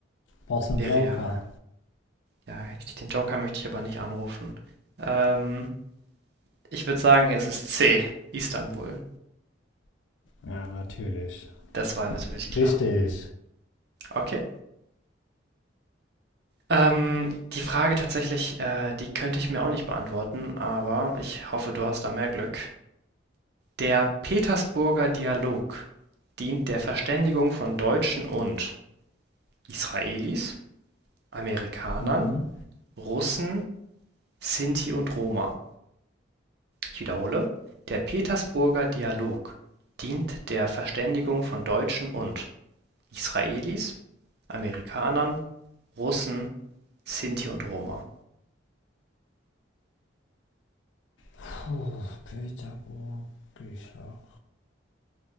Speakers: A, on the left; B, on the right.
A: brauchst du einen
B: wäre
A: Joker?
B: ja ja, ich, den Joker möchte ich aber nicht anrufen. Ähm, ich würde sagen, es ist C, Istanbul.
A: Ja, natürlich.
B: Das war natürlich klar.
A: Richtig.
B: Okay. Ähm, die Frage tatsächlich, äh, die könnte ich mir auch nicht beantworten, aber ich hoffe, du hast da mehr Glück. Der Petersburger Dialog dient der Verständigung von Deutschen und Israelis, Amerikanern,
A: Mhm.
B: Russen, Sinti und Roma. Ich wiederhole: Der Petersburger Dialog dient der Verständigung von Deutschen und Israelis, Amerikanern, Russen, Sinti und Roma.
A: Puh, Peterburg, Bücher.